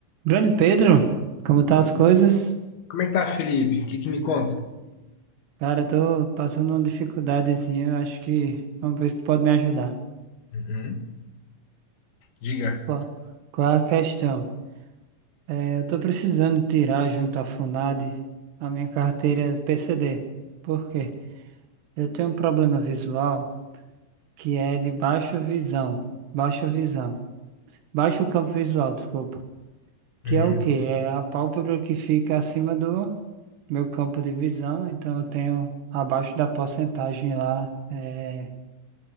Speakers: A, on the right; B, on the left.
A: Grande Pedro, como
B: Uhum.
A: tá as coisas?
B: Como é que tá, Felipe? O que que me conta?
A: Cara, tô passando uma dificuldadezinha, eu acho que vamos ver se tu pode me ajudar.
B: Uhum. Diga.
A: Qual, qual é a questão? É, Eu tô precisando tirar junto à FUNAD a minha carteira PCD. Por quê? Eu tenho um problema visual que é de baixa visão, baixa visão, baixo campo visual, desculpa. Que
B: Uhum.
A: é o quê? É a pálpebra que fica acima do meu campo de visão, então eu tenho abaixo da porcentagem lá é,